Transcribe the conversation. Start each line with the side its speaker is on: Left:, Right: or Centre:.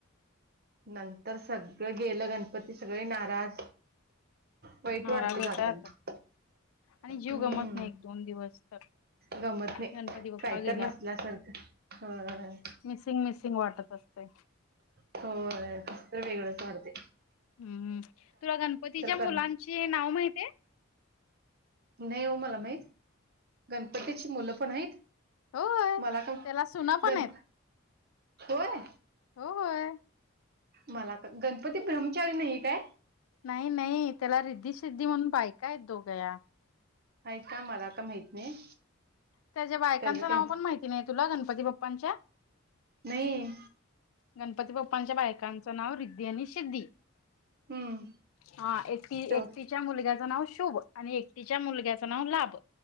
Right: नंतर सगळं गेलं गणपती सगळे नाराज. वाईट
Left: नाराज
Right: वाटते
Left: होतात
Right: जाताना.
Left: आणि जीव
Right: हम्म
Left: गमत नाही एक दोन दिवस तर.
Right: गमत नाही,
Left: गणपती बाप्पा
Right: काही
Left: गेला
Right: तर नसल्यासारखं ह
Left: मिसिंग मिसिंग, वाटत असतय.
Right: होय, कसंतरी वेगळंच वाढते.
Left: हम् तुला गणपतीच्या
Right: कर
Left: मुलांची नाव माहितीये?
Right: नाही हो मला माहित. गणपतीची मुलं पण आहेत?
Left: होय
Right: मला <unintelligible>
Left: त्याला सुना पण
Right: गण
Left: आहेत
Right: होय?
Left: होय.
Right: मला तर, गणपती ब्रह्मचारी नाहीये काय?
Left: नाही नाही, त्याला रिद्धी सिद्धी म्हणून बायका आहेत दोघ्या.
Right: आहेत का? मला तर माहित नाही.
Left: त्याच्या बायकांचं
Right: त्याचं काही
Left: नाव पण माहिती नाही तुला? गणपती बाप्पांच्या?
Right: नाही.
Left: गणपती बाप्पांच्या बायकांचं नाव रिद्धी आणि सिद्धी.
Right: हम्म
Left: हा एक ती
Right: तेव
Left: एकतीच्या मुलग्याच नाव शुभ आणि एक तिच्या मुलग्याचं नाव लाभ.